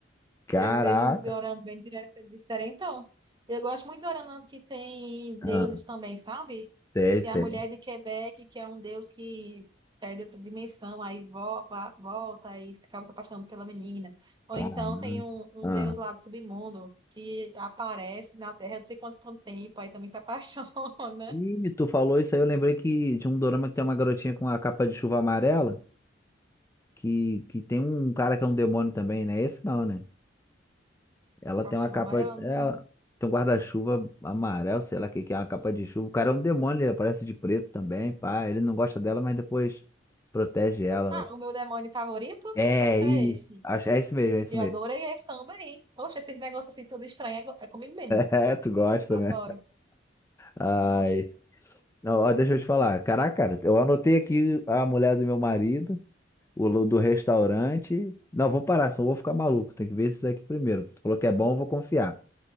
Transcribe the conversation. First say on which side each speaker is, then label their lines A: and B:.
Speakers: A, on the left; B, on the right.
A: Caraca.
B: eu vejo um dorama bem dire- diferentão. Eu gosto muito de dorama que tem deuses
A: Ah,
B: também, sabe?
A: sei,
B: Tem
A: sei.
B: a mulher de Quebec, que é um deus que é de outra dimensão, aí volta, volta aí acaba se apaixonando pela menina. Ou
A: Caraca.
B: então tem um, um
A: Ah.
B: deus lá do submundo que aparece na Terra, não sei quanto tanto tempo, aí também se apaixona.
A: E tu falou isso aí, eu lembrei que de um dorama que tem uma garotinha com a capa de chuva amarela, que, que tem um cara que é um demônio também, né? Esse não, né?
B: <laughs>
A: Ela
B: Captiva
A: tem uma capa,
B: amarela. hum.
A: ela tem um guarda-chuva amarelo, sei lá o que, que é uma capa de chuva. O cara é um demônio, ele aparece de preto também, pá. Ele não gosta dela, mas depois protege ela.
B: Ah, o meu demônio favorito?
A: É,
B: Não sei se
A: e
B: é esse.
A: acho, é isso mesmo, é isso
B: Eu
A: mesmo.
B: adorei
A: <laughs>
B: esse também. Poxa, esses negócios assim tudo estranho é, co- é comigo mesmo.
A: É, tu gosta,
B: Adoro.
A: né? Ai.
B: Gosto.
A: Não, ó, deixa eu te falar. Caraca, cara, eu anotei aqui a mulher do meu marido, o lu- do restaurante. Não, vou parar, senão eu vou ficar maluco. Tem que ver isso aqui primeiro. Tu falou que é bom, eu vou confiar.